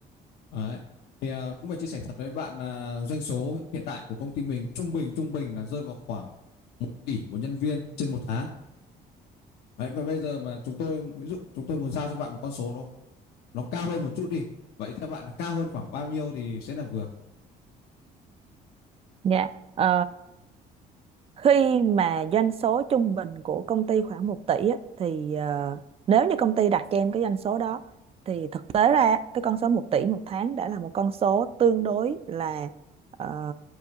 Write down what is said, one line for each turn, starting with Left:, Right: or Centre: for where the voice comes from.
Left: Đấy. Thì à, cũng phải chia sẻ thật với bạn là doanh số hiện tại của công ty mình trung bình trung bình là rơi vào khoảng một tỷ một nhân viên trên một tháng. Đấy, và bây giờ mà chúng tôi ví dụ chúng tôi muốn giao cho bạn một con số nó nó cao hơn một chút đi. Vậy theo bạn là cao hơn khoảng bao nhiêu thì sẽ là vừa?
Right: Dạ. Ờ, Khi mà doanh số trung bình của công ty khoảng một tỷ á, thì ờ, nếu như công ty đặt cho em cái doanh số đó thì thực tế ra á, cái con số một tỷ một tháng đã là một con số tương đối là ờ,